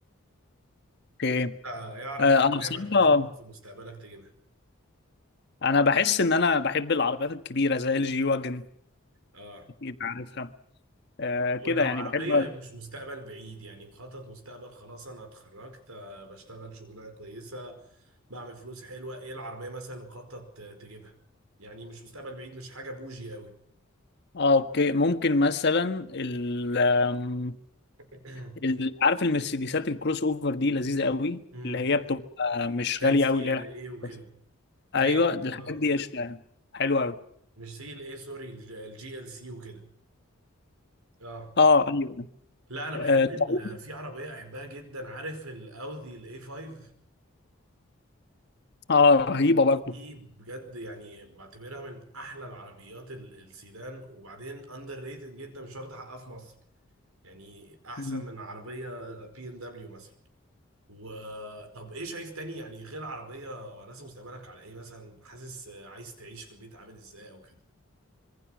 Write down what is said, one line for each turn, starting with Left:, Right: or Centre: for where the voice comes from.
Left: اوكي
Right: آه، يا عربية
Left: آه
Right: احلامك
Left: انا بصراحه
Right: مخطط في مستقبلك تجيبها
Left: انا بحس ان انا بحب العربيات الكبيره زي الجي واجن
Right: اه
Left: اكيد عارفها آه كده
Right: ولو
Left: يعني
Right: عربية
Left: بحب
Right: مش مستقبل بعيد يعني مخطط مستقبل خلاص انا اتخرجت آه، بشتغل شغلانة كويسة بعمل فلوس حلوة ايه العربية مثلا اللي مخطط آه، تجيبها يعني مش مستقبل بعيد مش حاجة بوجي قوي
Left: اه اوكي ممكن مثلا ال آم،
Right: <coughs>
Left: ال- عارف المرسيدسات الكروس اوفر دي لذيذه قوي
Right: <clears throat> امم
Left: اللي هي بتبقى مش
Right: زي
Left: غاليه
Right: السي
Left: قوي اللي
Right: ال
Left: هي الحاجات
Right: ايه وكده
Left: بس.
Right: زي
Left: ايوه
Right: ال-
Left: الحاجات
Right: اه
Left: دي قشطه يعني حلوه قوي
Right: مش سي ال اي سوري الجي ال سي وكده اه
Left: اه ايوه
Right: لا انا
Left: اه
Right: بحب
Left: طب-
Right: ال- في عربيه احبها جدا عارف الاودي الاي 5
Left: آه، رهيبه برضه
Right: دي بجد يعني بعتبرها من احلى العربيات ال- السيدان وبعدين اندر ريتد جدا مش واخده حقها في مصر يعني احسن
Left: مم.
Right: من عربيه بي ام دبليو مثلا وطب ايه شايف تاني يعني غير عربيه راسم مستقبلك على ايه مثلا حاسس آه، عايز تعيش في بيت عامل ازاي او كده